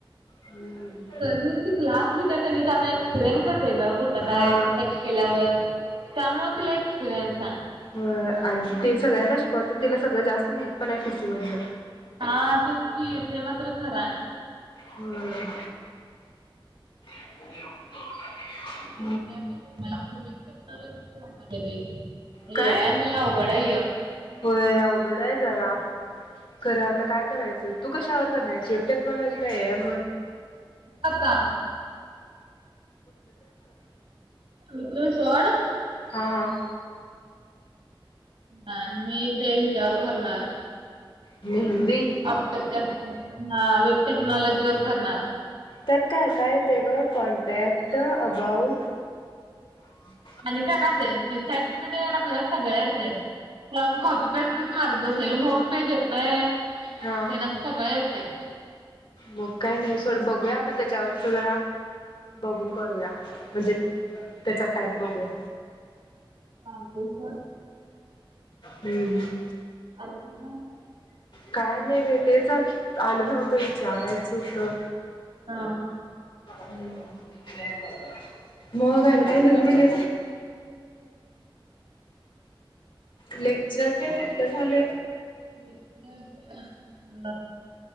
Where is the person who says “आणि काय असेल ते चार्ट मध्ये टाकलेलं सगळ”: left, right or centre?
Right